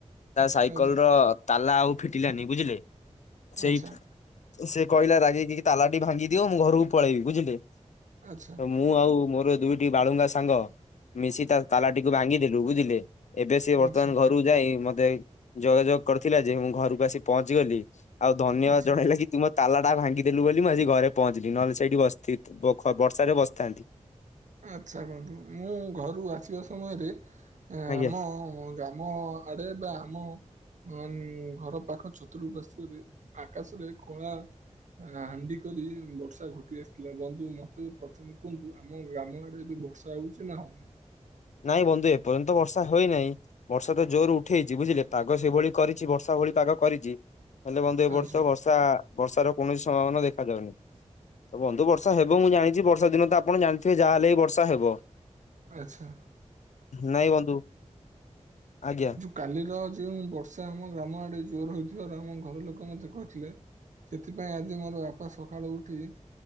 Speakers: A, on the left; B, on the right.
A: ତା ସାଇକଲ
B: ଆଚ୍ଛା
A: ର ତାଲା ଆଉ ଫିଟିଲାନି ବୁଝିଲେ, ସେଇଠ
B: ଆଚ୍ଛା ଆଚ୍ଛା
A: ସେ କହିଲା ରାଗେଇିକି ତାଲା ଟି ଭାଙ୍ଗି ଦିିଅ ମୁଁ ଘରକୁ ପଳେଇବି ବୁଝିଲେ।
B: ଆଚ୍ଛ
A: ତ ମୁଁ ଆଉ ମୋର ଦୁଇଟି ବାଳୁଙ୍ଗା ସାଙ୍ଗ, ମିଶି ତା ତାଲାଟିକୁ ଭାଙ୍ଗିଦେଲୁ ବୁଝିଲେ। ଏବେ ସିଏ ବର୍ତ୍ତମାନ
B: ଆଚ୍ଛା ଆଚ୍ଛା
A: ଘରକୁ ଯାଇ ମତେ, ଯୋଗାଯୋଗ କରିଥିଲା ଯେ ମୁଁ ଘରକୁ ଆସି ପହଞ୍ଚି ଗଲି। ଆଉ ଧନ୍ୟବାଦ
B: ଆଚ୍ଛା
A: ଜଣେଇଲା କି ତୁମୋ ତାଲା ଟା ଭାଙ୍ଗିଦେଲୁ ବୋଲି ମୁଁ ଆଜି ଘରେ ପହଞ୍ଚିଲି ନହେଲେ ସେଇଠି ବସଥି ଵ ଖ ବର୍ଷା ରେ ବସିଥାନ୍ତି।
B: ଆଚ୍ଛା, ବନ୍ଧୁ ମୁଁ ଘରୁ ଆସିବା ସମୟରେ ଆମ
A: ଆଜ୍ଞା।
B: ଗ୍ରାମ ଆଡ଼େ ବା ଆମ ହମ୍ ଘର ପାଖ ଚତୁପାର୍ଶ୍ଵରେ ଆକାଶରେ କଳା ହାଣ୍ଡି କରି ବର୍ଷା ଘୋଟି ଆସିଥିଲା ବନ୍ଧୁ ମତେ ପ୍ରଥମେ କୁହନ୍ତୁ ଆମ ଗ୍ରାମ ଆଡ଼େ ଏବେ ବର୍ଷା ହଉଛି ନା ହୁଁ
A: ନାଇଁ ବନ୍ଧୁ ଏପର୍ଯ୍ୟନ୍ତ ବର୍ଷା ହୋଇନାହିଁ। ବର୍ଷା ତ ଜୋର ଉଠେଇଛି ବୁଝିଲେ ପାଗ ସେଭଳି କରିଛି ବର୍ଷା ଭଳି ପାଗ କରିଛି ହେଲେ ବନ୍ଧୁ ଏ
B: ଆଚ୍ଛା
A: ବର୍ଷ ବର୍ଷା ବର୍ଷ ର କୌଣସି ସମ୍ଭାବନା ଦେଖା ଯାଉନି? ତ ବନ୍ଧୁ ବର୍ଷା ହେବ ମୁଁ ଜାଣିଛି ବର୍ଷା ଦିନ ତ ଆପଣ ଜାଣିଥିବେ ଯାହା ହେଲେ ବିି ବର୍ଷା ହେବ।
B: ଆଚ୍ଛା।
A: ନାଇଁ ବନ୍ଧୁ। ଆଜ୍ଞା
B: କାଲିର ଯେଉଁ ବର୍ଷା ଆମ ଗ୍ରାମ ଆଡ଼େ ଜୋର୍ ହୋଇଥିବାର ଆମ ଘର ଲୋକ ମତେ କହିଥିଲେ। ସେଥିପାଇଁ ଆଜି ମୋର ବାପା ସଖାଳୁ ଉଠି